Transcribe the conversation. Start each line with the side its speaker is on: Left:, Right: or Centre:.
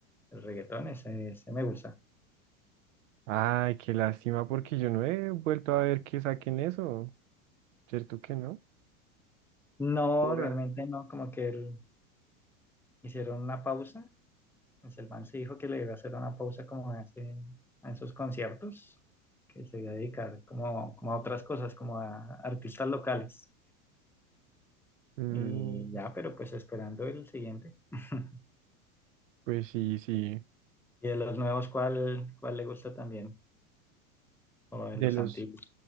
Centre: el reggaetón, ese, ese me gusta.
Right: Ay, qué lástima porque yo no he vuelto a ver que saquen eso. ¿Cierto que no?
Centre: No,
Right: ahora
Centre: realmente no, como que el- hicieron una pausa. Pues el man se dijo que le iba a hacer una pausa como hace en sus conciertos, que se iba a dedicar como, como a otras cosas, como a artistas locales.
Right: Mm,
Centre: Y ya, pero pues esperando el siguiente. <laughs>
Right: pues sí, sí.
Centre: Y de los nuevos, ¿cuál, cuál le gusta también? O de
Right: De
Centre: los
Right: los
Centre: antiguos.